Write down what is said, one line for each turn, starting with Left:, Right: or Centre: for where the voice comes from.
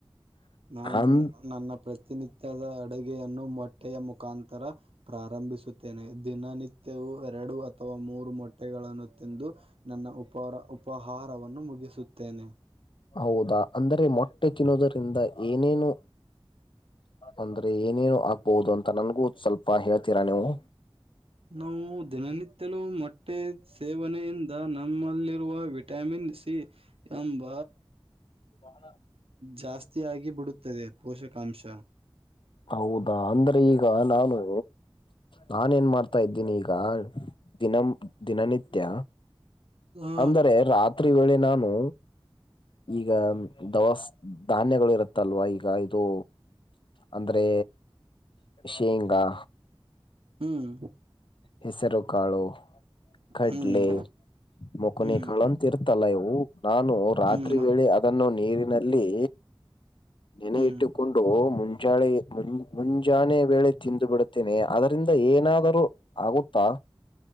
Right: ನಾನು
Left: ಅನ್
Right: ನನ್ನ ಪ್ರತಿನಿತ್ಯದ, ಅಡುಗೆಯನ್ನು ಮೊಟ್ಟೆಯ ಮುಖಾಂತರ ಪ್ರಾರಂಭಿಸುತ್ತೇನೆ. ದಿನನಿತ್ಯವು ಎರಡು ಅಥ್ ಅಥವಾ ಮೂರು ಮೊಟ್ಟೆಗಳನ್ನು ತಿಂದು ನನ್ನ ಉಪಾರ ಉಪಾಹಾರವನ್ನು ಮುಗಿಸುತ್ತೇನೆ.
Left: ಹೌದಾ ಅಂದ್ರೆ ಮೊಟ್ಟೆ ತಿನ್ನೋದರಿಂದ ಏನೇನು. ಅಂದ್ರೆ ಏನೇನು ಆಗ್ಬಹುದು ಅಂತ ನನ್ಗೂ ಸ್ವಲ್ಪ ಹೇಳ್ತೀರಾ ನೀವು.
Right: ನಾವು ದಿನನಿತ್ಯಲೂ ಮೊಟ್ಟೆ ಸೇವನೆಯಿಂದ ನಮ್ಮಲ್ಲಿರುವ ವಿಟಾಮಿನ್ ಸಿ. ಎಂಬ
Left: <inaudible>
Right: ಜಾಸ್ತಿ ಆಗಿ ಬಿಡುತ್ತದೆ ಪೋಷಕಾಂಶ.
Left: ಹೌದಾ ಅಂದ್ರೆ ಈಗ ನಾನು. ನಾನ ಏನ್ ಮಾಡ್ತಾ ಇದ್ದೀನಿ ಈಗ ದಿನ ದಿನನಿತ್ಯ.
Right: ಆ
Left: ಅಂದರೆ ರಾತ್ರಿ ವೇಳೆ ನಾನು. ಈಗ ದವಸ್ ಧಾನ್ಯಗಳು ಇರುತ್ತಲ್ವಾ ಈಗ ಇದು. ಅಂದ್ರೆ ಶೇಂಗಾ.
Right: ಹ್ಮ್.
Left: ಹೆಸರು ಕಾಳು. ಕಡ್ಲೆ
Right: ಹ್ಮ್
Left: ಮುಕನಿ
Right: ಹ್ಮ್
Left: ಕಳಂತ ಇರ್ತಲ್ಲ ಇವು ನಾನು ರಾತ್ರಿ
Right: ಹ್ಮ್
Left: ವೇಳೆ ಅದ್ ಅದನ್ನು ನೀರಿನಲ್ಲಿ ನೇನೆ
Right: ಹ್ಮ್
Left: ಇಟ್ಟುಕೊಂಡು. ಕೊಂಡು ಮುಂಜಾಳೆ ಮುನ್ ಮುಂಜಾನೆ ವೇಳೆ ತಿಂದು ಬಿಡುತಿನಿ ಅದರಿಂದ ಏನಾದರೂ, ಆಗುತ್ತಾ.